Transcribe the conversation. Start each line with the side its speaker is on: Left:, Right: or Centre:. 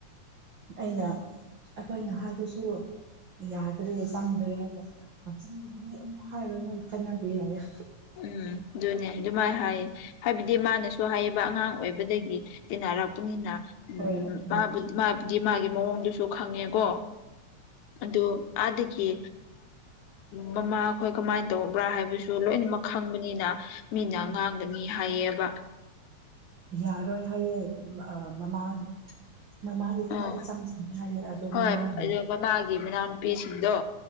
Right: ꯑꯩꯅ ꯑꯩꯈꯣꯏꯅ ꯍꯥꯏꯕꯁꯨ ꯌꯥꯗ꯭ꯔꯦ ꯆꯪꯗ꯭ꯔꯦ ꯍꯥꯏꯔꯒ ꯌꯥꯝ ꯆꯪꯗ꯭ꯔꯦꯅꯦ ꯑꯃꯨꯛ ꯍꯥꯏꯔꯅ ꯈꯅꯗꯦ ꯍꯥꯏꯔ
Left: ꯎꯝ ꯑꯗꯨꯅꯦ ꯑꯗꯨꯃꯥꯏꯅ ꯍꯥꯏꯌꯦ ꯍꯥꯏꯕꯗꯤ ꯃꯥꯅꯁꯨ ꯍꯥꯏꯌꯦꯕ ꯑꯉꯥꯡ ꯑꯣꯏꯕꯗꯒꯤ ꯇꯟꯅꯔꯛꯄꯅꯤꯅ ꯎ
Right: ꯍꯣꯏ ꯎꯝ
Left: ꯃꯥ ꯃꯥꯒꯤ ꯃꯑꯣꯡꯗꯨꯁꯨ ꯈꯪꯉꯦꯀꯣ ꯑꯗꯨ ꯑꯗꯒꯤ ꯃꯃꯥ ꯑꯩꯈꯣꯏ ꯀꯃꯥꯏꯅ ꯇꯧꯕ꯭ꯔꯥ ꯍꯥꯏꯕꯁꯨ ꯂꯣꯏꯅꯃꯛ ꯈꯪꯕꯅꯤꯅ ꯃꯤꯅ ꯉꯥꯡꯕ
Right: ꯎꯝ
Left: ꯃꯤ ꯍꯥꯏꯌꯦꯕ
Right: ꯌꯥꯔꯣꯏ ꯍꯥꯏꯌꯦ ꯃꯃꯥ ꯃꯃꯥꯗꯤ ꯈꯔ
Left: ꯑꯣ
Right: ꯏꯆꯝ ꯆꯝꯅꯤ ꯍꯥꯏꯌꯦꯦ ꯑꯗꯣ
Left: ꯍꯣꯏ
Right: ꯃꯃꯥꯒꯤ
Left: ꯑꯗꯨ ꯃꯃꯥꯒꯤ ꯃꯅꯥꯎꯅꯨꯄꯤꯁꯤꯡꯗꯣ